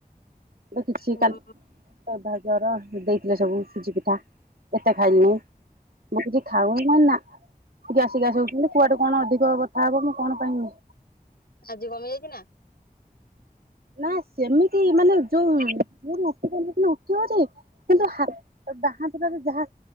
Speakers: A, on the right; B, on the left.
A: କିଛି
B: ହଁ
A: କାଲି ଜର ଦେଇଥିଲେ ସବୁ ସୁଜି ପିଠା ଏତେ ଖାଇଲିନି। ମୁଁ କିଛି ଖାଉ ନି ନା। ଗ୍ୟାସ୍ ଗାସ ହଉଛନ୍ତି କୁଆଡେ କଣ ଅଧିକ ବଥା ହବ ମୁଁ କଣ ପାଇମି।
B: ଆଜି କମିଯାଇଚି ନା?
A: ନା ସେମିତି ମାନେ ଯୋଉ <unintelligible> କିନ୍ତୁ
B: ହୁଁ
A: ହା ବାଆଁ ହାତ ଯାହା